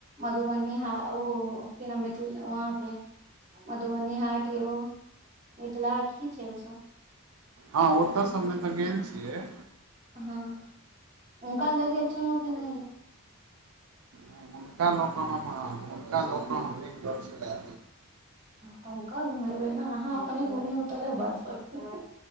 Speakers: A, on the right (about 35°); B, on the right (about 70°).
A: मधुबनी हा ओ की ना मिथिल वहाँ पे मधुबनी हाट‌ यौ, मिथिला हाट की छै उ सब?
B: हां ओता सबमे तऽ गेल छियै।
A: हां हुनका लै गेल छेलौ कि नै?
B: नै हुनका लो कहां-कहां हुनका लो कऽ हम नै गेल छलिए।
A: हां तऽ हुनका घुमेबै नै अहाँ अपने घूमनी उ तऽ अलग बात छै।